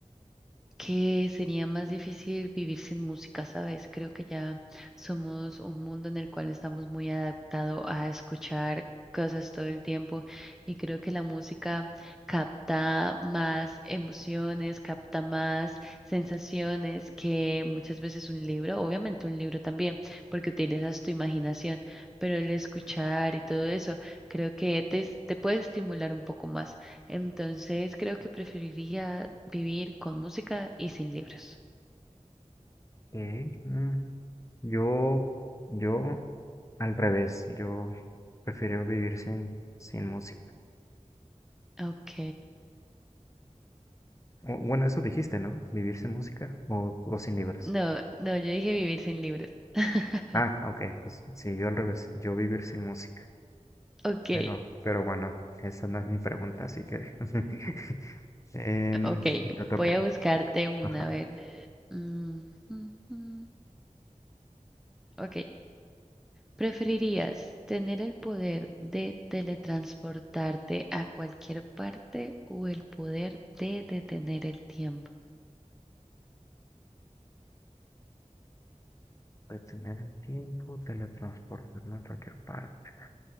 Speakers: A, in the centre; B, on the left.
A: que sería más difícil vivir sin música, ¿sabes? Creo que ya somos un mundo en el cual estamos muy adaptados a escuchar cosas todo el tiempo y creo que la música capta más emociones, capta más sensaciones que muchas veces un libro, obviamente un libro también, porque utilizas tu imaginación, pero el escuchar y todo eso creo que te, te puede estimular un poco más. Entonces creo que preferiría Vivir con música y sin libros.
B: Eh, mm, Yo, yo, al revés, yo prefiero vivir sin, sin música.
A: Ok.
B: O- bueno, eso dijiste, ¿no? Vivir sin música o, o sin libros.
A: No, no, yo dije vivir sin libros. <laughs>
B: Ah, ok, pues sí, yo al revés, yo vivir sin música.
A: Ok,
B: Pero, pero bueno, esa no es mi pregunta, así que <laughs> Em,
A: ok.
B: te toca.
A: Voy a buscarte
B: te toca.
A: una,
B: Ajá.
A: a ver. Mm, mm, mm. Ok. ¿Preferirías tener el poder de teletransportarte a cualquier parte o el poder de detener el tiempo?
B: Detener el tiempo, teletransportarme a cualquier parte.